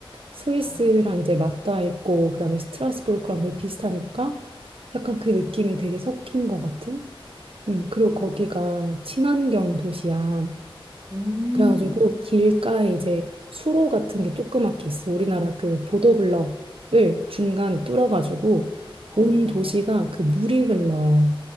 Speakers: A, on the right; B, on the right.
A: 스위스랑
B: 아,
A: 이제 맞닿아 있고, 그 다음에 스트라스부르크랑 거의 비슷하니까, 약간 그 느낌이
B: 아,
A: 되게 섞인 것 같은? 음, 그리고
B: 아.
A: 거기가 친환경 도시야.
B: 음.
A: 그래가지고 길가에 이제 수로 같은 게 조그맣게 있어. 우리나라 그 보도블럭을 중간에 뚫어가지고
B: 어.
A: 온 도시가 그 물이 흘러.